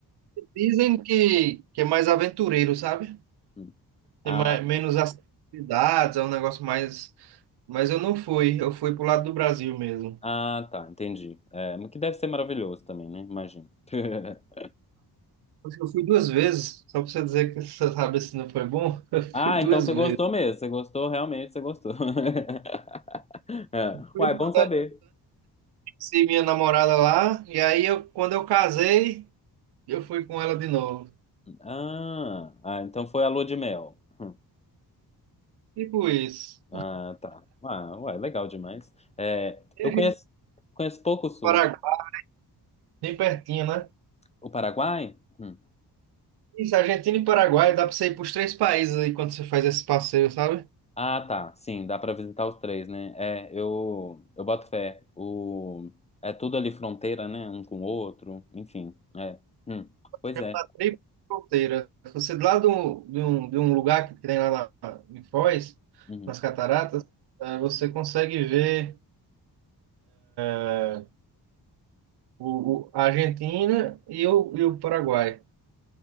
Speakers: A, on the right; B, on the left.
A: Dizem que, que é mais aventureiro, sabe?
B: Hum.
A: Tem
B: Ah,
A: mais, menos atividades, é um negócio mais. Mas eu não fui, eu fui pro lado do Brasil mesmo.
B: ah, tá, entendi. É, mas que deve ser maravilhoso também, né? Imagino. <laughs>
A: Eu fui duas vezes, só pra você dizer que <laughs> você sabe se não foi bom, <laughs> eu fui
B: Ah,
A: duas
B: então você
A: vezes.
B: gostou mesmo. Você gostou, realmente, você gostou. <laughs> É.
A: Fui
B: Uai, bom
A: quando
B: saber.
A: eu conheci minha namorada lá, e aí eu, quando eu casei, eu fui com ela de novo.
B: Ah, ah, então foi a lua de mel. Hum,
A: Tipo isso.
B: Ah, tá. Ah, uai, legal demais. É,
A: E
B: eu
A: a gente
B: conheço, conheço pouco o Sul.
A: Paraguai, bem pertinho, né?
B: O Paraguai? Hum.
A: Isso, Argentina e Paraguai, dá pra você ir pros três países aí quando você faz esse passeio, sabe?
B: Ah, tá. Sim, dá pra visitar os três, né? É, eu, eu boto fé. O, é tudo ali fronteira, né? Um com o outro. Enfim, é. Hum. Pois
A: chama
B: é.
A: Tríplice Fronteira. Você lá do, lado de, um, de um de um lugar que tem lá na, em Foz,
B: Uhum.
A: nas Cataratas, eh, você consegue ver é, o, o- a Argentina e o, e o Paraguai.